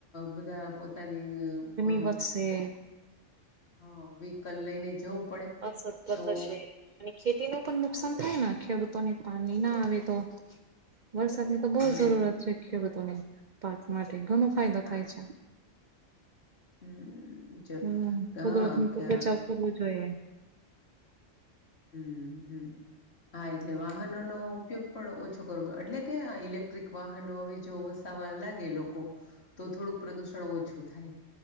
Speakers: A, on the left (about 55°); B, on the right (about 55°).
A: બધા પોતાની
B: વકશે.
A: હા વહિકલ લઈને જવું પડે
B: અસત્વ
A: તો,
B: થશે અને ખેતી ન પણ નુકસાન થાય, ખેડૂતોને પાણી ના આવે તો. વરસાદની તો બહુ
A: હમ
B: જરૂરત છે, ખેડૂતોને પાક માટે ઘણો ફાયદો
A: હા
B: થાય છે.
A: હમ હ
B: હું કુદરત ની તો ખચાવ કરવું જોઈએ.
A: હું હું હા એટલે વાહનોનો ઉપયોગ પણ ઓછો કરવો એટલે કે ઇલેક્ટ્રિક વાહનો હવે જો વસાવા લાગે લોકો તો થોડુંક પ્રદુષણ ઓછું થાય